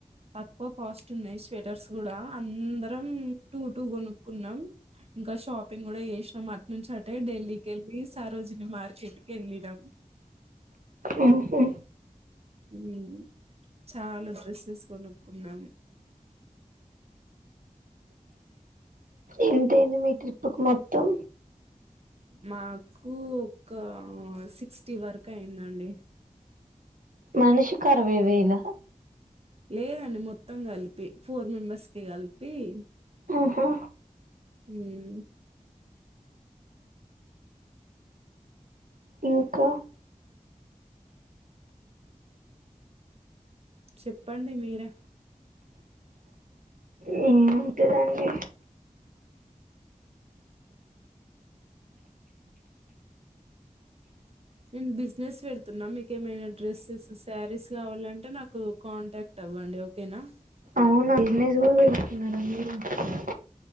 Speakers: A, on the right (about 45°); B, on the right (about 80°).
A: తక్కువ కాస్ట్ ఉన్నాయి స్వెటర్స్ కూడా అందరు తం టూ టూ కొనుక్కున్నాం ఇంకా షాపింగ్ కూడా చేసినాం అటు నుంచి అంటే ఢిల్లీ కేళ్ళి ఈ సరోజీని మార్కెటు కేళ్ళినం
B: ఓహో
A: ఉమ్ చాలా డ్రెస్సెస్ కొనుక్కున్నాం
B: ఎంతయింది మీ ట్రిపుకు మొత్తం
A: మాకు ఒక సి సిక్స్టీ వరకు అయిందండి
B: మనిషికి ఆరవైవేల
A: లేదండి మొత్తం కలి పి ఫోర్ మెంబర్స్కి కలి టీమ్
B: ఓహో
A: ఉమ్
B: ఇంక
A: చెప్పండి మీరే
B: ఆహ్ ఏముంటదండి
A: నేను బిజినెస్ పెడుతున్నా మీకు ఏమైనా డ్రెస్సెస్, శారీస్ కావాలంటే నాకు కాంటాక్ట్ అవ్వండి ఓకేనా
B: అవునా బిజినెస్ కూడా పెడుతున్నారా మీరు చ్ ఉమ్